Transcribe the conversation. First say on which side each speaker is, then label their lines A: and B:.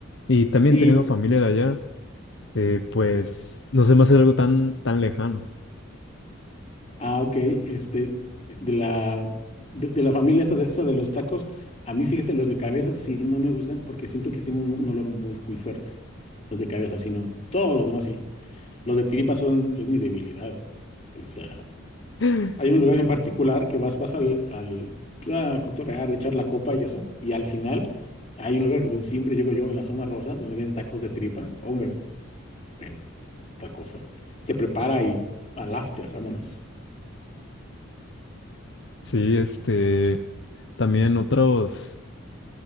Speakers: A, on the left; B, on the left.
A: Y también
B: sí
A: teniendo familia de allá, eh, pues no se me hace algo tan, tan lejano.
B: Ah, ok. Este, de la, de, de la familia esa de, esa de los tacos, a mí fíjate, los de cabeza sí no me gustan porque siento que tienen un, un olor muy, muy fuerte. Los de cabeza sí no. Todos los demás sí. Los de tiripa son, es mi debilidad. O sea,
A: <laughs>
B: hay un lugar en particular que vas, vas al, al pues, a cotorrear, echar la copa y eso, y al final hay un lugar donde siempre llego yo, en la zona rosa, donde ven tacos de tripa. Hombre, eh, otra cosa. Te prepara y al after, vámonos.
A: Sí, este, también otros,